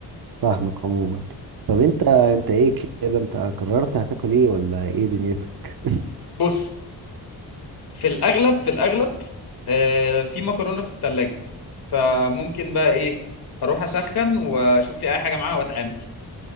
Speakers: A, on the right (about 60°); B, on the left (about 65°).
A: فاهمك عموما طب انت انت ايه كده انت قررت هتاكل ايه ولا ايه دنيتك <laughs>
B: بص في الاغلب في الاغلب آه، في مكرونه في التلاجة فممكن بقى ايه اروح اسخن واشوف لي اي حاجه معاها واتعامل